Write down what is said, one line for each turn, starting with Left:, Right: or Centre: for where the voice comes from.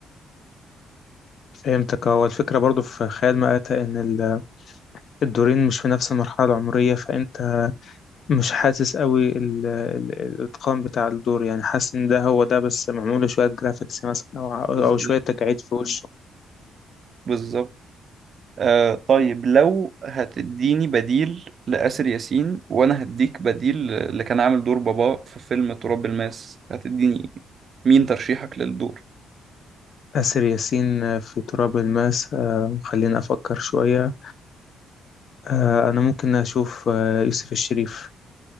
Left: فهمتك هو الفكرة برضو في خيال مآتة إن ال- الدورين مش في نفس المرحلة العمرية فأنت مش حاسس قوي ال... ال... الإتقان بتاع الدور يعني حاسس إن ده هو ده بس معمول له شوية جرافيكس مثلا أو
Right: بالظبط
Left: أو شوية تجاعيد في وشه
Right: بالظبط آه طيب لو هتديني بديل لآسر ياسين وانا هديك بديل اللي كان عامل دور بابا في فيلم تراب الماس هتديني مين ترشيحك للدور
Left: آسر ياسين آه، في تراب الماس آه، خليني أفكر شوية آه، أنا ممكن أشوف آه، يوسف الشريف